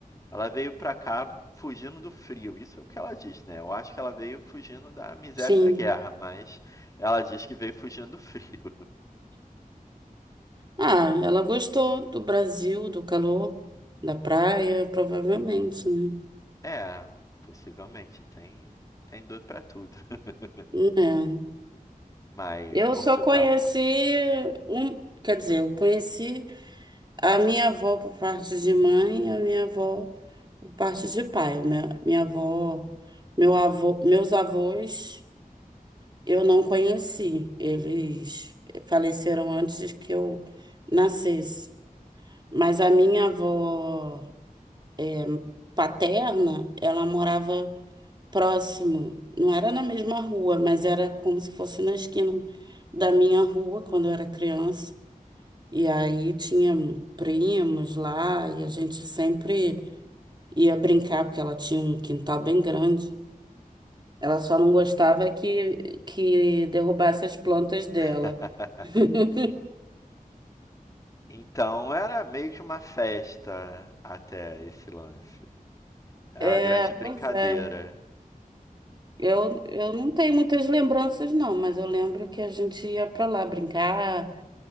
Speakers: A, on the left; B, on the right.
A: Ela veio pra cá fugindo do frio, isso é o que ela diz, né? Eu acho que ela veio fugindo da miséria
B: sim.
A: e da guerra, mas ela diz que veio fugindo do frio. <laughs>
B: Ah, ela gostou do Brasil, do calor, da praia, provavelmente, né?
A: É, possivelmente, tem, tem dor pra tudo. <laughs>
B: É.
A: Mas
B: Eu
A: Portugal
B: só conheci
A: passa.
B: um, quer dizer, eu conheci A minha avó por parte de mãe, a minha avó por parte de pai. O Minha, minha avó, meu avô, meus avós, eu não conheci. Eles faleceram antes que eu nascesse. Mas a minha avó é, paterna, ela morava próximo. Não era na mesma rua, mas era como se fosse na esquina da minha rua quando eu era criança. E aí tinha primos lá e a gente sempre ia brincar, porque ela tinha um quintal bem grande. Ela só não gostava que, que derrubasse as plantas dela.
A: <laughs>
B: <laughs>
A: Então era meio que uma festa até esse lance. É
B: É,
A: uma grande brincadeira.
B: pois é. Eu, eu não tenho muitas lembranças, não, mas eu lembro que a gente ia pra lá brincar,